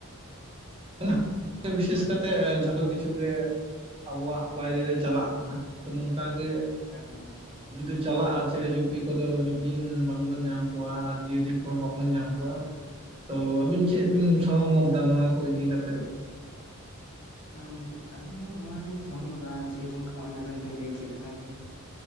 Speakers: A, on the right (about 25°); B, on the left (about 85°).
A: <unintelligible> ᱵᱤᱥᱮᱥ
B: ᱦᱳᱭ
A: ᱠᱟᱛᱮ
B: ᱦᱳᱭ
A: ᱡᱷᱚᱛᱚ ᱠᱤᱪᱷᱩ, ᱠᱡᱪᱷᱩ ᱜᱮ ᱟᱵᱚᱣᱟᱜ ᱵᱟᱭᱨᱮ ᱨᱮ ᱪᱟᱞᱟᱜ ᱠᱟᱱᱟ, ᱛᱚ ᱱᱚᱝᱠ ᱜᱮ
B: ᱮᱠᱫᱚᱢ ᱮᱠᱫᱚᱢ
A: ᱮᱻ ᱪᱟᱞᱟᱜᱼᱟ ᱪᱮᱬᱮ ᱪᱩᱯᱤ ᱠᱚᱫᱚ ᱢᱤᱫ ᱫᱤᱱ ᱵᱟᱝᱵᱚᱱ ᱧᱟᱢ ᱠᱚᱣᱟ, ‌ᱟᱨ ᱡᱤᱭᱟᱹᱞᱤ ᱠᱚ ᱵᱟᱵᱚᱱ ᱧᱟᱢ ᱠᱚᱣᱟ ᱛᱚ ᱟᱹᱵᱤᱱ ᱪᱮᱫ ᱵᱤᱱ ᱥᱚᱲᱚᱢᱚᱛ ᱫᱟ ᱱᱚᱣᱟ ᱠᱚ ᱤᱫᱤ ᱠᱟᱛᱮ?
B: ᱱᱚᱜᱼᱚᱭ ᱟᱹᱞᱤᱧ ᱦᱚᱸ ᱱᱚᱣᱟ ᱞᱤᱧ ᱥᱚᱢᱢᱚᱫᱟ ᱡᱮ ᱜᱚᱢᱠᱮ ᱦᱚᱜᱼᱚᱭ ᱟᱵᱮᱱ ᱵᱮᱱ ᱞᱟᱹᱭ ᱠᱮᱫ ᱞᱮᱠᱟ ᱜᱮ᱾